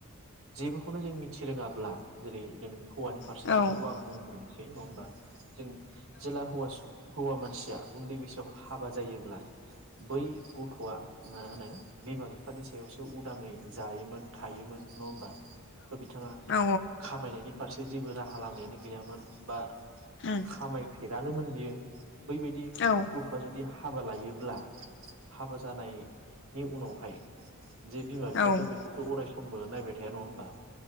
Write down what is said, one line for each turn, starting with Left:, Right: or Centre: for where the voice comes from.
Right: जेबोखौनो जों मिथि रोङाब्ला जेरै जों हौवानि फारसे
Left: औ
Right: खोथाखौ आं बुंग्रोनो सै नङा होनबा? जों जेला हौवा सु हौवा मानसिया उन्दै बैसोआव हाबा जायोब्ला बै गथ'आ मा होनो बिमा बिफानि सायावसो उदाङै जायोमोन थायोमोन नङा होमबा थ' बिथाङा
Left: औ
Right: खामायनायनि फारसे जेबो राहा लामायानो गैयामोन बा
Left: औ
Right: खामायफेरानोमोन बियो बैबायदि
Left: औ
Right: गथ'आ जुदि हाबा लायोब्ला हाबा जानायनि उनावहाय जे बिमा बिफायाथ'
Left: औ
Right: बेखौथ' अराय <unintelligible> नायबाय थाया नङा होनबा